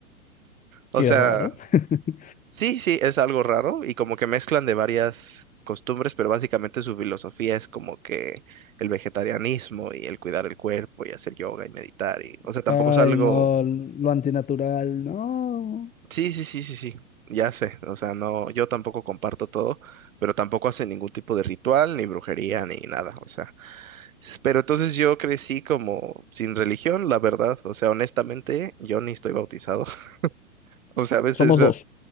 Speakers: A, on the right (about 65°); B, on the left (about 15°).
A: O
B: Qué
A: sea,
B: raro. <laughs>
A: sí, sí, es algo raro y como que mezclan de varias costumbres, pero básicamente su filosofía es como que el vegetarianismo y el cuidar el cuerpo y hacer yoga y meditar y, o sea, tampoco
B: Ay,
A: es algo...
B: no, lo antinatural, no.
A: Sí, sí, sí, sí, sí, ya sé. O sea, no, yo tampoco comparto todo, pero tampoco hace ningún tipo de ritual, ni brujería, ni nada. O sea, s- pero entonces yo crecí como sin religión, la verdad. O sea, honestamente, yo ni estoy bautizado. <laughs> O sea, a veces
B: Somos dos.